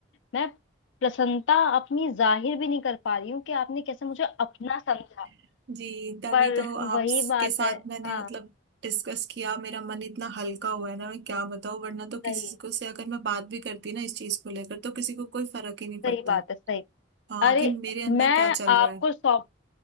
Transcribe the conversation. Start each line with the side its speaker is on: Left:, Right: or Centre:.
Left: मैं प्रसन्नता अपनी जाहिर भी नहीं कर पा रही हूँ कि आपने कैसे मुझे अपना समझा
Right: <laughs> जी तभी
Left: पर
Right: तो आपके
Left: वही बात
Right: साथ
Left: है
Right: मैंने
Left: हाँ
Right: मतलब डिस्कस किया मेरा मन इतना हल्का हुआ है ना मैं क्या बताऊं वरना तो
Left: सही
Right: किसी को से अगर मैं बात भी करती ना इस चीज को लेकर तो किसी को कोई फर्क ही नहीं पड़ता
Left: सही बात है सही
Right: हाँ
Left: अरे
Right: कि मेरे अंदर
Left: मैं
Right: क्या चल
Left: आपको
Right: रहा है
Left: सौ